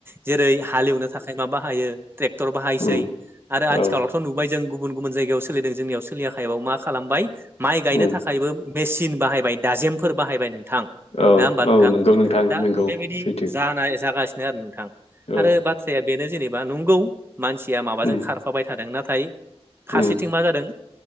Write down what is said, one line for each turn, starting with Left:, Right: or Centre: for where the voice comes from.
Right: जेरै हालेवनो थाखाय मा बाहायो? ट्रेक्टर बाहायसै
Left: उम
Right: आरो आथिखालाव
Left: औ
Right: नुबाय जों गुबुन गुबुन जायगायाव सोलिदों जोंनियाव सोलियाखै मा खालामबाय माइ गायनो
Left: उम
Right: थाखाय बो मेसिन बाहायबाय दाजेमफोर बाहायबाय नोंथां
Left: औ
Right: नङा होमबा
Left: औ
Right: नोंथां।
Left: नंगौ
Right: दा
Left: नंगौ
Right: बेबायदि
Left: सैथो
Right: जानाय जागासिनो आरो नोंथां। आरो
Left: औ
Right: बाथ्राया बेनो जेनेबा नंगौ मानसिया माबाजों
Left: उम
Right: खारफाबाय थादों नाथाय। फारसेथिं
Left: उम
Right: मा जादों